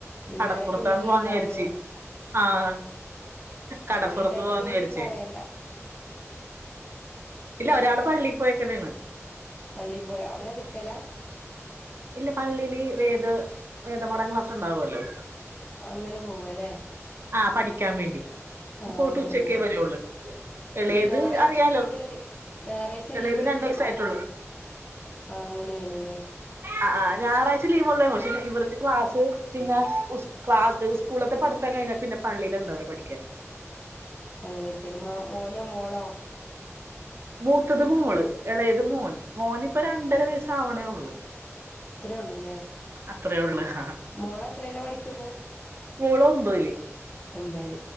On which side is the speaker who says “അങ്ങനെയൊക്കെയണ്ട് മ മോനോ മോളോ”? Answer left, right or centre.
Left